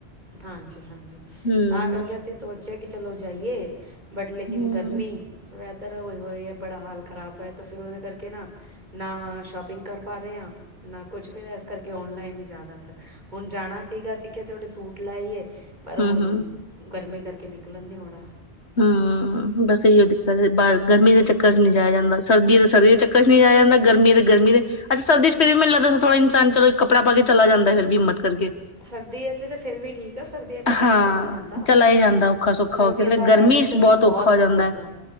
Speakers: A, on the right; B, on the left.
A: ਹਾਂਜੀ-ਹਾਂਜੀ
B: ਹੂੰ,
A: ਤਾਂ ਕਰਕੇ ਅਸੀਂ ਸੋਚਿਆ ਕਿ ਚਲੋ ਜਾਈਏ ਬਟ ਲੇਕਿਨ
B: ਹੂੰ,
A: ਗਰਮੀ ਵੈ, ਉੱਧਰ ਹੋਏ ਹੋਏ ਹੈ ਬੜਾ ਹਾਲ ਖਰਾਬ ਹੋਇਆ ਤਾਂ ਫਿਰ ਉਹਦੇ ਕਰਕੇ ਨਾ ਨਾ ਸ਼ੋਪਿੰਗ ਕਰ ਪਾ ਰਹੇ ਹਾਂ ਨਾ ਕੁੱਛ ਫੇਰ ਇਸ ਕਰਕੇ ਕਿ ਔਨਲਾਈਨ ਹੀ ਜ਼ਿਆਦਾਤਰ ਹੁਣ ਜਾਣਾ ਸੀਗਾ ਅਸੀਂ ਕਿਸੀ ਤੁਹਾਡੇ ਸੂਟ ਲਾਏ, ਪਰ ਹੁਣ
B: ਹੂੰ-ਹੂੰ
A: ਗਰਮੀ ਕਰਕੇ ਨਿਕਲਣ ਨੀ ਆਉਣਾ
B: ਹੂੰ ਬਸ ਇਹੀ ਔ ਦਿੱਕਤ ਬਾਹਰ ਗਰਮੀ ਦੇ ਚੱਕਰ ਚੱਕਰ ਚ ਨਹੀਂ ਜਾਇਆ ਜਾਂਦਾ ਸਰਦੀਆਂ ਤੇ ਸਰਦੀ ਦੇ ਚੱਕਰ ਚ ਨਹੀਂ ਜਾਇ ਜਾਂਦਾ ਗਰਮੀ ਅਤੇ ਤੇ ਗਰਮੀ ਦੇ ਅੱਛ ਸਰਦੀ ਚ ਫਿਰ ਵੀ ਮੈਨੂੰ ਲੱਗਦਾ ਥੋੜ੍ਹਾ ਚਲੋ ਕੱਪੜਾ ਪਾ ਕੇ ਚਲਾ ਜਾਂਦਾ
A: ਹੂੰ
B: ਫਿਰ ਵੀ ਹਿੰਮਤ ਕਰਕੇ
A: ਸਰਦੀਆਂ ਚ ਤੇ ਫਿਰ ਵੀ ਠੀਕ ਆ ਸਰਦੀਆਂ ਚ ਤਾਂ ਬੰਦਾ
B: ਹਾਂ
A: ਚਲਾ ਹੀ ਜਾਂਦਾ
B: ਚਲਾ ਹੀ ਜਾਂਦਾ ਔਖਾ ਸੌਖਾ
A: ਸਰਦੀਆਂ
B: ਹੋ ਕੇ
A: ਦਾ
B: ਗਰਮੀ
A: ਵੈਦਰ ਤਾਂ ਮੈਨੂੰ
B: ਬਹੁਤ ਔਖਾ ਹੋ
A: ਪਸੰਦ
B: ਜਾਂਦਾ ਹੈ।
A: ਆ